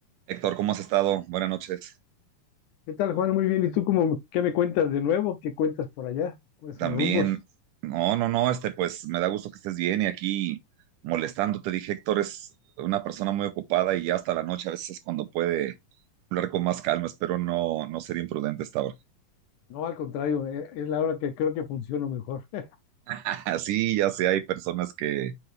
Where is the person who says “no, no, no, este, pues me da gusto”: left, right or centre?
Right